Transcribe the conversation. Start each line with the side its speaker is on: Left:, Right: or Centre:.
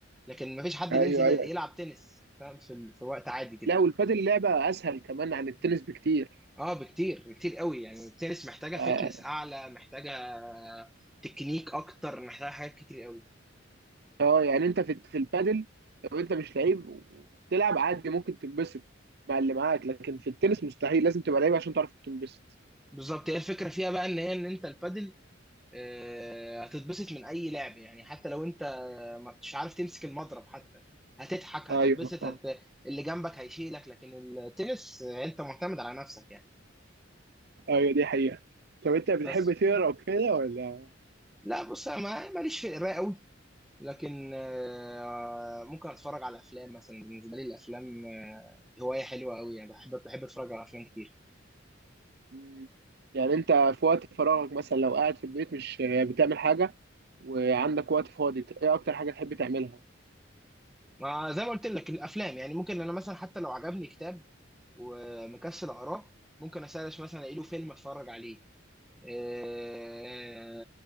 Centre: لكن مفيش حد بينزل
Right: ايوه
Centre: ي-
Right: ايوه
Centre: يلعب تنس فاهم في ال- في وقت عادي كده
Right: لا والبادل لعبة اسهل كمان عن التنس بكتير
Centre: اه بكتير بكتير قوي يعني التنس محتاجه
Right: اه
Centre: فتنس اعلى محتاجه تكنيك اكتر محتاجه حاجات كتير قوي
Right: آه، يعني انت في في البادل لو انت مش لعيب وبتلعب عادي ممكن تنبسط مع اللي معاك لكن في التنس مستحيل لازم تبقى لعيب عشان تعرف تنبسط
Centre: بالظبط هي الفكره فيها بقى ان هي ان انت البادل آه، هتتبسط من اي لعب يعني حتى لو انت ما مش عارف تمسك المضرب حتى هتضحك هتتبسط
Right: ايوه أنا فاهم.
Centre: هت... اللي جنبك هيشيلك لكن التنس آه، انت معتمد على نفسك يعني
Right: ايوه دي حقيقة طب انت بتحب
Centre: بس
Right: تقرا وكده ولا
Centre: لا بص انا ما- ماليش في القرايه قوي لكن آه، ممكن اتفرج على افلام مثلا بالنسبه لي الافلام آه، هوايه حلوه قوي يعني بحب بحب اتفرج على افلام كتير
Right: مم. يعني انت في وقت فراغك مثلا لو قاعد في البيت مش بتعمل حاجة وعندك وقت فاضي ايه اكتر حاجة تحب تعملها
Centre: ما زي ما قلت لك الافلام يعني ممكن انا مثلا حتى لو عجبني كتاب ومكسل اقراه ممكن اسرش مثلا الاقي له فيلم اتفرج عليه آه،